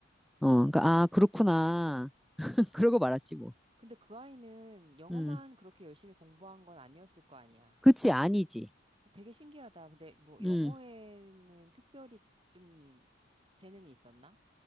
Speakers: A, in the centre; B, on the right.
A: 어, 그러니까 아, 그렇구나. <laughs> 그러고 말았지 뭐.
B: 근데 그 아이는 영어만
A: 음.
B: 그렇게 열심히 공부한 건 아니었을 거 아니야.
A: 그치, 아니지.
B: 어, 되게 신기하다. 근데 뭐 영어에는
A: 음.
B: 특별히 좀 재능이 있었나?